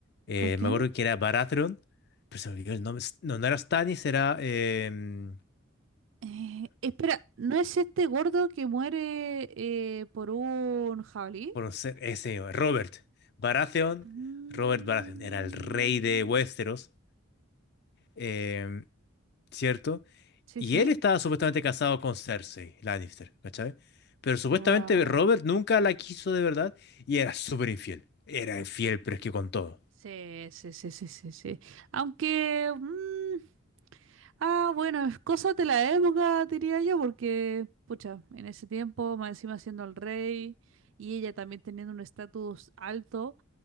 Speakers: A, on the left (about 50°); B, on the right (about 70°).
A: eh,
B: ¿Con quién?
A: me acuerdo que era Baratheon, pero se me olvidó el nombre. S- No, no era Stannis, era... em,
B: Eh, espera, ¿no es este gordo que muere eh, por un jabalí?
A: conocer ese señor, Robert Baratheon.
B: Mm,
A: Robert Baratheon era el rey de Westeros, em, ¿cierto?
B: sí,
A: Y
B: sí.
A: él estaba supuestamente casado con Cersei Lannister, ¿cachai? Pero supuestamente
B: Guau.
A: Robert nunca la quiso de verdad y era súper infiel. Era infiel, pero es que con todo.
B: Sí, sí, sí, sí, sí, sí. Aunque, mm, ah, bueno, es cosas de la época, diría yo, porque, pucha, en ese tiempo, más encima siendo el rey y ella también teniendo un estatus alto,